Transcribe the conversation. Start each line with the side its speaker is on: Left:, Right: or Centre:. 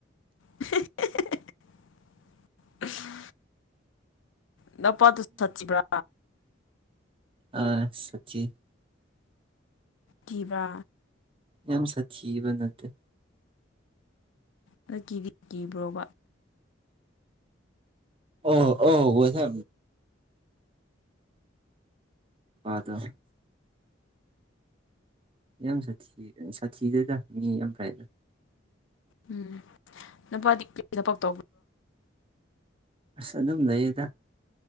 Left: <unintelligible> ꯗ ꯄꯗꯨꯨ ꯁꯆꯤꯕ꯭ꯔꯥ
Right: ꯑꯥ ꯁꯆꯤ
Left: ꯀꯕ
Right: ꯑ ꯁꯕ ꯅꯠꯇ
Left: ꯑꯗ ꯀꯤꯗꯤ ꯀꯤꯕ꯭ꯔꯣꯕ
Right: ꯑꯣ ꯑꯣ ꯑꯣꯁ ꯑꯗ ꯌꯥꯝ ꯁꯥꯊꯤ ꯁꯥꯊꯤꯗꯗ ꯃꯤ ꯌꯥꯝ ꯐ꯭ꯔꯥꯏꯗ
Left: ꯎꯝ ꯅꯨꯄꯥꯗꯤ ꯄ ꯊꯕꯛ ꯇ꯭ꯔꯣ
Right: ꯑꯁ ꯑꯗꯨꯝ ꯂꯩꯌꯦꯗ